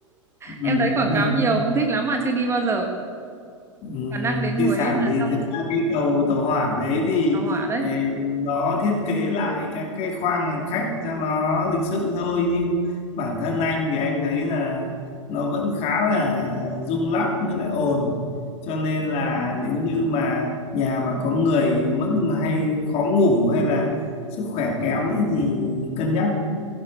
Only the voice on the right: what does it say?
em thấy quảng
cáo nhiều cũng thích lắm mà chưa đi bao giờ
khả năng đến
Huế
là
xong
tàu hỏa đấy
Ồ.